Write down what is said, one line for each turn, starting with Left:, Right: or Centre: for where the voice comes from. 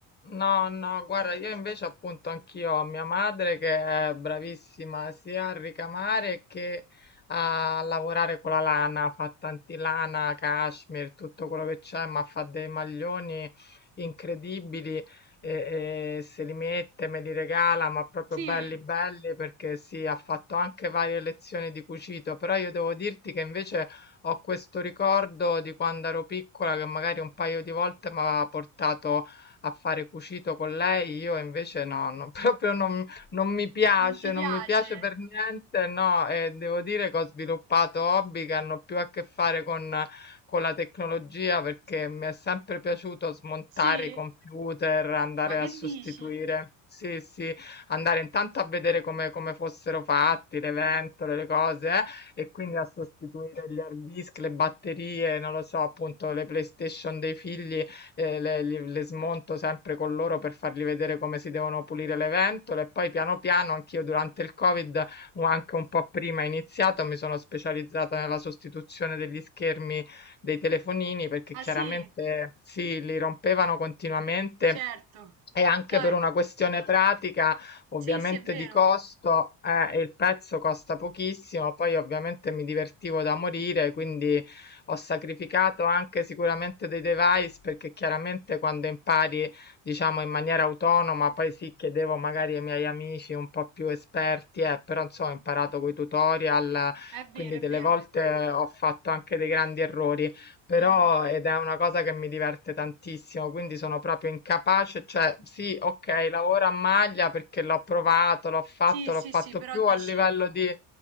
Left: No, no, guarda, io invece appunto anch'io ho mia madre che è bravissima sia a ricamare che a lavorare con la lana, fa tanti lana, cashmere, tutto quello che c'è, ma fa dei maglioni incredibili e, e se li mette, me li regala, ma proprio
Right: Sì,
Left: belli belli perché sì, ha fatto anche varie lezioni di cucito, però io devo dirti che invece ho questo ricordo di quando ero piccola che magari un paio di volte mi aveva portato a fare cucito con lei, io invece no, no, <laughs> proprio non, non mi piace,
Right: non ti piace?
Left: non mi piace per niente, no, e devo dire che ho sviluppato hobby che hanno più a che fare con, con la tecnologia perché mi è sempre piaciuto smontare
Right: Sì,
Left: i computer, andare
Right: ma che
Left: a sostituire.
Right: dici?
Left: Sì, sì, andare intanto a vedere come, come fossero fatti le ventole, le cose, eh, e quindi a sostituire gli hard disk, le batterie, non lo so, appunto le PlayStation dei figli eh, le, li- le smonto sempre con loro per fargli vedere come si devono pulire le ventole e poi piano piano anch'io durante il Covid o anche un po' prima iniziato mi sono specializzata nella sostituzione degli schermi dei telefonini perché
Right: Ah
Left: chiaramente
Right: sì,
Left: sì, li rompevano continuamente.
Right: certo.
Left: E anche
Right: No,
Left: per
Right: eh,
Left: una questione pratica, ovviamente
Right: sì, sì, è vero.
Left: di costo, eh, il pezzo costa pochissimo, poi ovviamente mi divertivo da morire, quindi ho sacrificato anche sicuramente dei device perché chiaramente quando impari, diciamo, in maniera autonoma, poi sì, chiedevo magari ai miei amici un po' più esperti, eh, però insomma ho imparato con i tutorial,
Right: È vero,
Left: quindi
Right: è
Left: delle
Right: vero.
Left: volte ho fatto anche dei grandi errori, però
Right: Mm.
Left: ed è una cosa che mi diverte tantissimo, quindi sono proprio incapace, cioè sì, ok, lavoro a maglia perché l'ho provato, l'ho fatto,
Right: Sì, sì,
Left: l'ho fatto
Right: sì, però
Left: più
Right: dici,
Left: a livello di